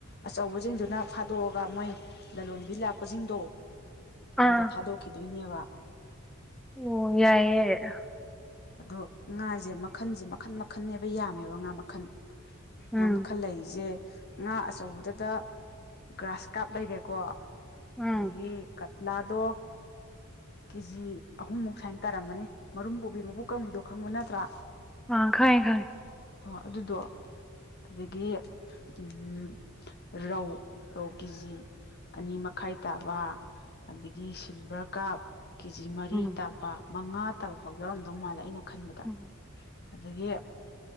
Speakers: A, on the left; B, in the centre.
A: ꯑꯆꯧꯕꯁꯤꯡꯗꯨꯅ ꯐꯥꯗꯣꯛꯑꯒ ꯃꯣꯏ ꯂꯂꯣꯟꯕꯤ ꯂꯥꯛꯄꯁꯤꯡꯗꯣ
B: ꯑꯥ
A: ꯑꯗꯨꯗ ꯊꯥꯗꯣꯛꯈꯤꯗꯣꯏꯅꯦꯕ
B: ꯑꯣ ꯌꯥꯏꯌꯦ ꯌꯥꯏ
A: ꯑꯗꯣ ꯉꯥꯁꯦ ꯃꯈꯟꯁꯦ ꯃꯈꯟ ꯃꯈꯟꯅꯦꯕ ꯌꯥꯝꯃꯦꯕ ꯉꯥ ꯃꯈꯜ
B: ꯎꯝ
A: ꯉꯥ ꯃꯈꯜ ꯂꯩꯔꯤꯁꯦ ꯉꯥ ꯑꯆꯧꯕꯗꯗ ꯒ꯭ꯔꯥꯁ ꯀꯥꯞ ꯂꯩꯔꯦꯀꯣ
B: ꯎꯝ
A: ꯑꯗꯨꯗꯒꯤ ꯀ ꯂꯥꯗꯣ ꯀꯦ ꯖꯤ ꯑꯍꯨꯝꯃꯨꯛ ꯁꯨꯃꯥꯏꯅ ꯇꯥꯔꯝꯃꯅꯤ ꯃꯔꯨꯝ ꯄꯨꯣꯕꯤ ꯃꯕꯨ ꯀꯪꯕꯤꯗꯣ ꯈꯪꯕ ꯅꯠꯇ꯭ꯔꯥ
B: ꯑ ꯈꯔꯦ ꯈꯔꯦ
A: ꯑ ꯑꯗꯨꯗꯣ ꯑꯗꯒꯤ ꯎꯝ ꯔꯧ ꯔꯧ ꯀꯦꯖꯤ ꯑꯅꯤ ꯃꯈꯥꯏ ꯇꯥꯕ ꯑꯗꯒꯤ ꯁꯤꯜꯚꯔ ꯀꯥꯞ ꯀꯦ ꯖꯤ ꯃꯔꯤ
B: ꯎꯝ
A: ꯇꯥꯛꯄ ꯃꯉꯥ ꯇꯥꯕꯐꯥꯎ ꯌꯥꯎꯔꯝꯗꯧ ꯃꯥꯜꯂꯦ ꯑꯩꯅ ꯈꯟꯕꯗ
B: ꯎꯝ
A: ꯑꯗꯒꯤ